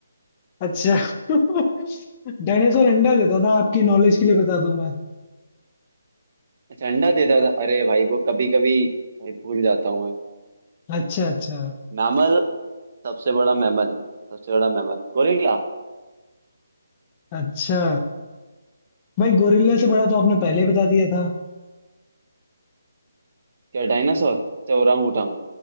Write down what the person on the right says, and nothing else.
अच्छा अंडा देता था अरे भाई वो कभी कभी भाई भूल जाता हूँ मैं
मैमल सबसे बड़ा मैमल सबसे बड़ा मैमल गोरिल्ला
क्या डायनासोर अच्छा ओरांग उटांग